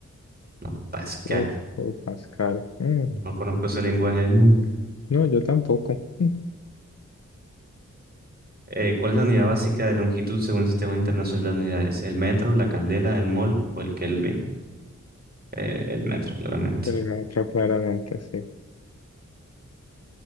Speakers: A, on the right (about 30°); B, on the left (about 60°).
A: No, Pascal.
B: Uf, uy, Pascal. Mm,
A: No conozco ese lenguaje nunca.
B: no, yo tampoco. Mm,
A: Eh, ¿cuál es la unidad básica de longitud según el Sistema Internacional de Unidades? ¿El metro, la candela, el mol o el Kelvin? Eh, el metro, claramente.
B: El maestro claramente sí.